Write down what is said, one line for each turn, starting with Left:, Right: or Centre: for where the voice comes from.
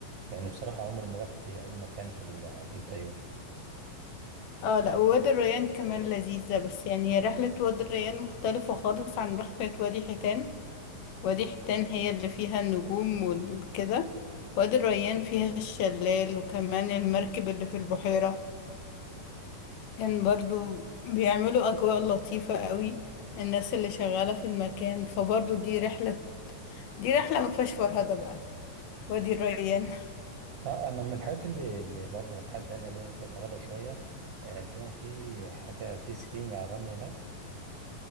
Right: مع اني بصراحة عمري ما رحت اي مكان في ال- في الفيوم
Left: اه لا وادي الريان كمان لذيذة بس يعني هي رحلة وادي الريان مختلفة خالص عن رحلة وادي حيتان وادي حيتان هي اللي فيها النجوم وكده وادي الريان فيها الشلال وكمان المركب اللي في البحيرة كان برضو بيعملوا أجواء لطيفة قوي الناس اللي شغالة في المكان فبرضو دي رحلة دي رحلة ما فيهاش فرهدة بقى وادي الريان
Right: اه انا من الحاجات اللي اللي برضه كان حد قال لي عليها فيها فرادة شوية آه تمام في حاجة في سكينج على الرمل هناك